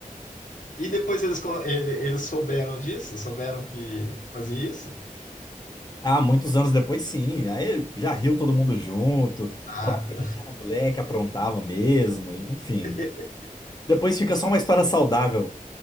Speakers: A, on the left; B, on the left.
A: E depois eles, con- ele- eles souberam disso? Souberam que fazia isso?
B: Ah, muitos anos depois, sim, aí já riu todo mundo junto,
A: Ah,
B: falava
A: tá.
B: que a gente era moleque, aprontava mesmo, e- enfim.
A: <laughs>
B: Depois fica só uma história saudável.